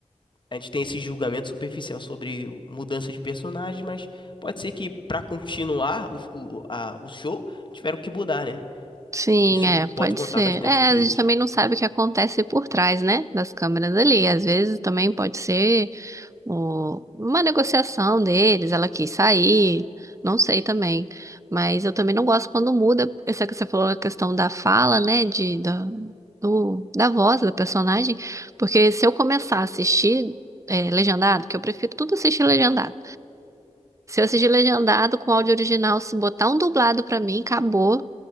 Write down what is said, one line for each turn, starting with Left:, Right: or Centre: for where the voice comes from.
Left: a gente tem esse julgamento superficial sobre mudança de personagem, mas pode ser que pra continuar o, o, a- o show tiveram que mudar, né?
Right: Sim,
Left: Isso
Right: é,
Left: pode
Right: pode
Left: contar
Right: ser.
Left: bastante
Right: É,
Left: às vezes.
Right: a gente também não sabe o que acontece por trás, né? Das câmeras ali. Às vezes também pode ser. o- uma negociação deles, ela quis sair, não sei também. Mas eu também não gosto quando muda, essa que você falou, a questão da fala, né, de, da, do, da voz da personagem, porque se eu começar a assistir é, legendado, que eu prefiro tudo assistir legendado. Se eu assistir legendado com áudio original, se botar um dublado pra mim, acabou.